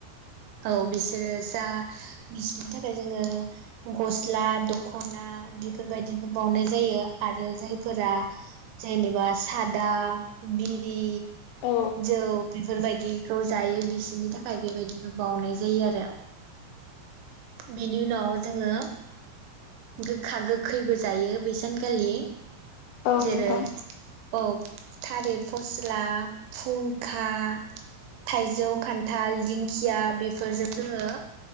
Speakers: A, on the right; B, on the left.
A: औ बिसोरो जा बिसोरनि थाखाय जोङो गस्ला दख'ना बेफोरबायदिबो बावनाय जायो। आरो जायफोरा जेनेबा सादा बिरि
B: औ
A: जौ बेफोरबायदि खौ जायो बिसोरनि थाखाय बेबायदिबो बावउनाय जायो आरो बेनि उनाव जोङो गोखा गोखैबो जायो बैसान खालि।
B: औ
A: जेरै
B: नोंथां
A: औ थालिर फस्ला फुंखा थाइजौ खान्थाल दिंखिया बेफोरजों जोङो